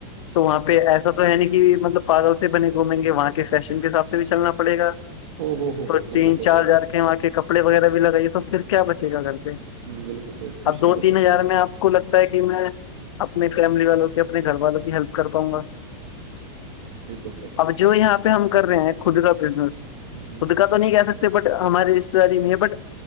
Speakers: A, on the left; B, on the right.
A: تو وہاں پہ ایسا تو ہے ن کہ مطلب پاگل سے بنے گھومیں گے وہاں کے فیشن کے حساب سے بھی چلنا پڑےا
B: او ہو ہو
A: تو
B: ہو
A: تین
B: ہو ہو
A: چار
B: ہو
A: ہزار کے وہاں کے کپڑے وغیرہ بھی لگائیے تو پھر کیا بچے گا گھر پہ
B: بالکل صحیح کچھ
A: اب دو
B: نہیں بچے
A: تین ہزار میں آپ کو لگتا ہے کہ میں اپنے فیملی والوں کی اپنے گھر والوں کی ہیلپ کر پاؤں گا
B: بالکل صحیح بالکل
A: اب جو یہاں پہ ہم کر رہے ہیں خود کا بزنس
B: صحیح
A: خود کا تو نہیں کہہ سکتے بٹ ہماریے شاری میں ہے بٹ